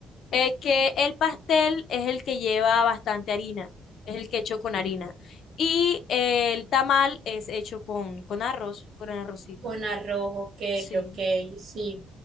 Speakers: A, on the left; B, on the right.
A: eh, que el pastel es el que lleva bastante harina, es el que hecho con harina. Y el tamal es hecho con, con arroz, con arrocito.
B: Con arroz, ok,
A: Sí,
B: ok, sí.